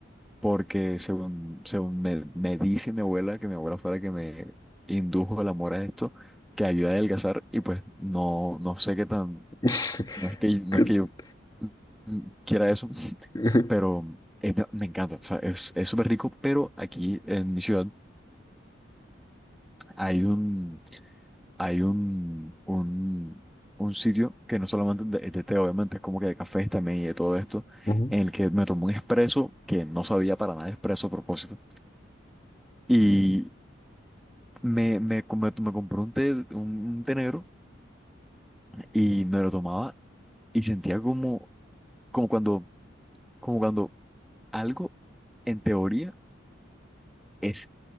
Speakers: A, in the centre; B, on the left.
A: porque según, según me, me dice mi abuela, que mi abuela fue la que me indujo el amor a esto, que ayuda a adelgazar y pues no, no sé qué tan,
B: <laughs>
A: no es que, no
B: Que-
A: es que yo mm, quiera eso,
B: <laughs>
A: pero es- me encanta. O sea, es, es súper rico, pero aquí en mi ciudad hay un hay un, un, un sitio que no solamente es de, es de té, obviamente, es como que de cafés también y de todo esto,
B: Ujú.
A: en el que me tomé un espresso que no sabía para nada expreso a propósito. Y me, me, com- me, compré un té, un, un té negro y me lo tomaba y sentía como, como cuando, como cuando algo en teoría es,